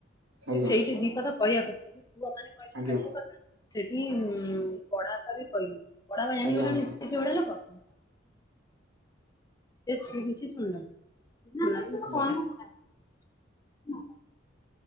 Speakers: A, on the right; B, on the left.
A: ଆଜ୍ଞା
B: ସେ ସେଇଠି ଦି ପଦ କଥା କହିବା କଥା, ଯେମିତି ପୁଅ ମାନେ କହିଲେ
A: ଆଜ୍ଞା
B: ଛାଡିବା କଥା ସେଠି ଉଁ ବଡାପା ବି କହିନି ବଡାପା
A: ଆଜ୍ଞା
B: ଜାଣିଗଲେଣି
A: ଆଜ୍ଞା
B: ସେ କି ଭଳିଆ ଲୋକ? ସିଏ ଶୁଣୁଚି ଶୁଣିଲାନି
A: ଆଜ୍ଞା।
B: <unintelligible> <unintelligible>